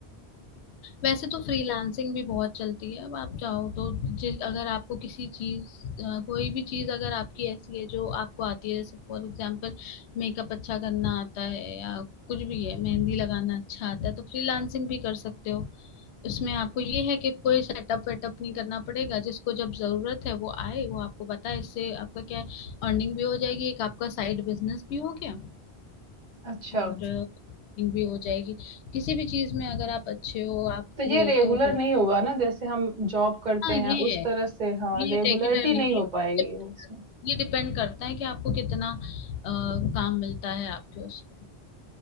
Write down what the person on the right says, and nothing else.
अच्छा
तो ये
रेगुलर
नहीं होगा ना जैसे हम जॉब करते
हैं उस
तरह से हाँ
रेगुलरिटी
नहीं हो पाएगी
उसमें